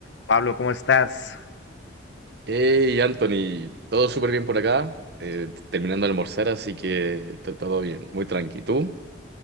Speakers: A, on the left; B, on the right.
A: Pablo, ¿cómo estás?
B: Hey Anthony, todo súper bien por acá, eh, terminando de almorzar, así que to- todo bien, muy tranqui. ¿Tú?